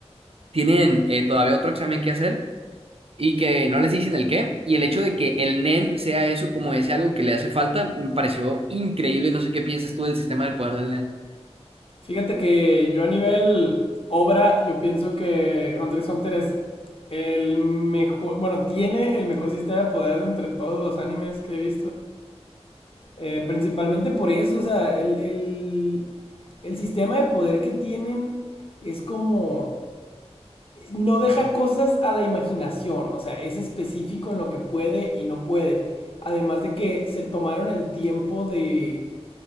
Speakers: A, on the right (about 60°); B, on the left (about 55°).
A: tienen eh, todavía otro examen que hacer y que no les dicen el qué. Y el hecho de que el NEN sea eso como ese algo que le hace falta, me pareció increíble. No sé qué piensas tú del sistema del poder del NEN.
B: Fíjate que yo a nivel obra, yo pienso que Hunter x Hunter es el mejor, bueno, tiene el mejor sistema de poder entre todos los animes que he visto. Eh, principalmente por eso, o sea, el, el, el sistema de poder que tienen es como, no deja cosas a la imaginación, o sea, es específico en lo que puede y no puede. Además de que se tomaron el tiempo de,